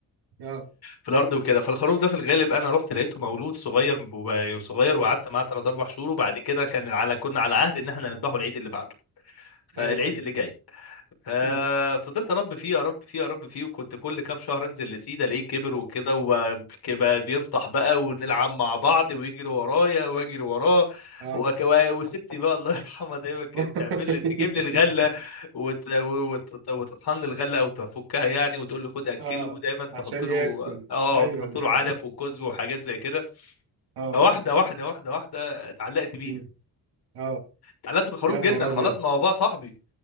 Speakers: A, on the right; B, on the left.
A: اه
B: في الارض وكده فالخروف ده في الغالب انا رحت لقيته مولود صغير وب- صغير وقعدت معاه 3 4 شهور وبعد كده كان على كنا على عهد ان احنا نذبحه العيد اللي بعده فالعيد
A: ايوه ايوه
B: اللي جاي ففضلت
A: مم.
B: اربي فيه اربي فيه اربي فيه وكنت كل كام شهر انزل لسيده الاقيه كبر وكده وبقى بينطح بقى ونلعب مع بعض ويجري ورايا واجري وراه
A: اه
B: وك... وستي بقى الله يرحمها دايما كانت
A: <laughs>
B: تعمل لي تجيب لي الغله وت... وت... وتطحن لي الغله او تفكها يعني وتقول لي خد اكله
A: اه
B: ودايما تحط
A: عشان
B: له
A: ياكل
B: اه
A: ايوه
B: وتحط له
A: ده.
B: علف وكزب وحاجات زي كده
A: <laughs> اه
B: فواحده واحده واحده واحده اتعلقت بيه
A: مم. اه
B: اتعلقت بالخروف
A: يا
B: جدا
A: نهار
B: خلاص
A: ابيض
B: ما هو بقى صاحبي